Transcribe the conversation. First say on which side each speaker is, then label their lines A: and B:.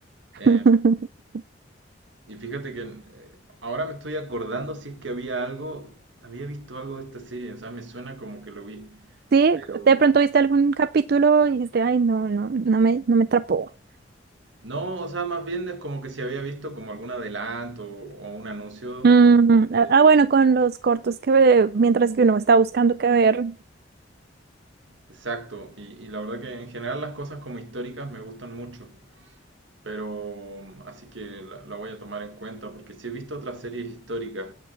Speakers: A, on the right; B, on the right.
A: <laughs>
B: Eh, Y fíjate que eh, ahora me estoy acordando si es que había algo, había visto algo de esta serie, o sea, me suena como que lo vi,
A: Sí,
B: pero
A: de pronto viste algún capítulo y dijiste, ay, no, no, no me, no me atrapó.
B: no, o sea, más bien es como que si había visto como algún adelanto o un anuncio.
A: Mm, ah,
B: eh,
A: ah, bueno, con los cortos que ve- mientras que uno está buscando qué ver,
B: Exacto, y, y la verdad que en general las cosas como históricas me gustan mucho. Pero mm, así que la, la voy a tomar en cuenta porque sí he visto otras series históricas,